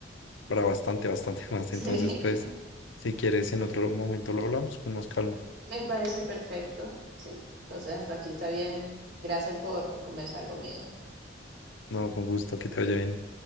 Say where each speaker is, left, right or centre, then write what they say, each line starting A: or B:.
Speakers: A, on the left; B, on the right.
A: para bastante, bastante <laughs> más.
B: <laughs> sí,
A: Entonces, pues, si quieres, en otro momento lo hablamos con más calma.
B: me parece perfecto, sí. Entonces, hasta aquí está bien. Gracias por conversar conmigo.
A: No, con gusto, que te vaya bien.